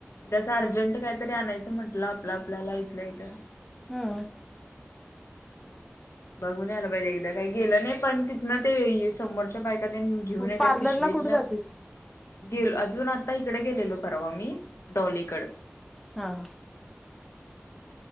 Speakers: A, on the left (about 80°); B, in the centre.
A: तसं अर्जंट काहीतरी आणायचं म्हटलं आपलं आपल्याला इथलं इथं.
B: हं..
A: बघून याला पाहिजे एकदा काही गेलं नाही पण तिथनं ते समोरच्या बायका तेनी घेऊन
B: मग
A: येत्यात
B: पार्लरला
A: पिशवीत
B: कुठे
A: नं.
B: जातेस
A: गेल अजून आता इकडे गेलेलो परवा मी डॉलीकड.
B: हा हा.